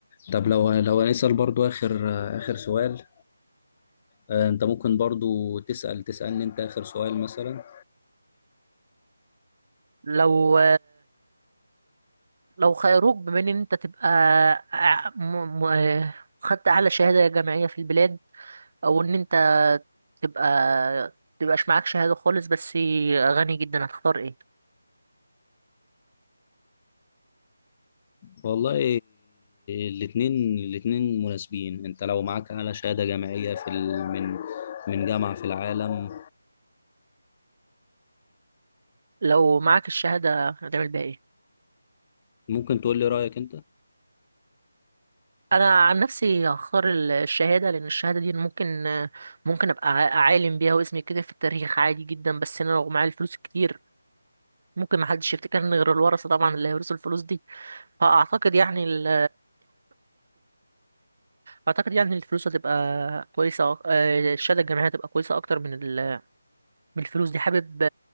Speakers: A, on the left (about 25°); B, on the right (about 45°).
A: طب لو لو هنسال برضو اخر اخر سؤال آه، انت ممكن برضو تسال تسالني انت اخر سؤال مثلا
B: لو لو خيروك بما ان انت تبقى ع- م- م- خدت اعلى شهاده جامعيه في البلاد او ان انت تبقى تبقاش معاك شهادة خالص بس غني جدا هتختار ايه
A: والله الاثنين الاثنين مناسبين انت لو معاك اعلى شهادة جامعية في ال... من من جامعة في العالم
B: لو معاك الشهادة هتعمل بيها ايه
A: ممكن تقول لي رأيك انت
B: انا عن نفسي هختار ال- الشهادة لان الشهادة دي ممكن ممكن ابقى ع- عالم بيها واسمي كده في التاريخ عادي جدا بس انا لو معايا الفلوس الكتير ممكن محدش يفتكرني غير الورثة طبعا اللي هيورثوا الفلوس دي فاعتقد يعني ال... اعتقد يعني الفلوس هتبقى كويسة أك- آه، الشهادة الجامعية هتبقى كويسة اكتر من ال... من الفلوس دي حابب